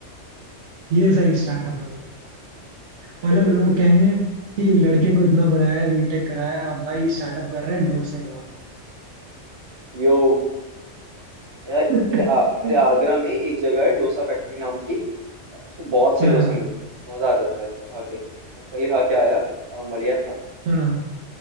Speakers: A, on the right; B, on the right.
A: ये सही स्टार्टअप
B: हाँ
A: है भाई
B: <laughs>
A: मतलब लोग कहेंगे कि लड़के को इतना पढ़ाया है बीटेक कराया अब भाई स्टार्टअप कर रहे हैं डोसे का
B: यो यार
A: <laughs>
B: मेरे आ, मेरे आगरा में एक जगह है डोसा फैक्ट्री नाम की उसमें बहुत से
A: हाँ
B: डोसा मिलता है मजा आ जाता है खा के मैं कल खा के आया अ, बढ़िया था
A: हाँ